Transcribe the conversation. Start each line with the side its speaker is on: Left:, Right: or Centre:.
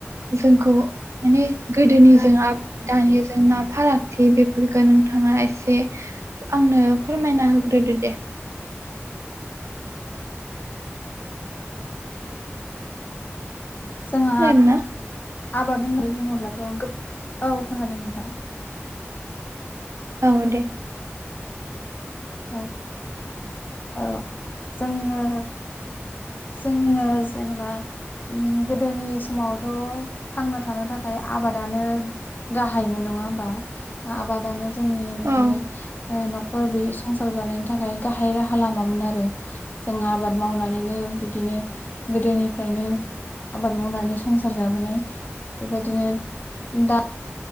Right: जोंखौ माने गोदोनि जों आ दानि जेंना फारागथि बेफोरखौ नोंथाङा एसे आंनो फोरमायना होग्रोदो दे
Left: जोंहा
Right: खोनादों ना?
Left: आबाद होननानै बुङोब्लाथ' औ खोनादों नोंथां।
Right: औ दे।
Left: औ औ जोङो। जोंनो जेनेबा। गोदोनि समावथ' थांना थानो थाखाय आबादानो गाहायमोन नङा होमबा आबादानो जोंनि
Right: औ
Left: माने न बि संसार जानायनि थाखाय गाहाय राहा लामामोन आरो जों आबाद मावनानैनो बिदिनो गोदोनिफ्रायनो आबाद मावनानै संसार जाबोनाय। बेबायदिनो दा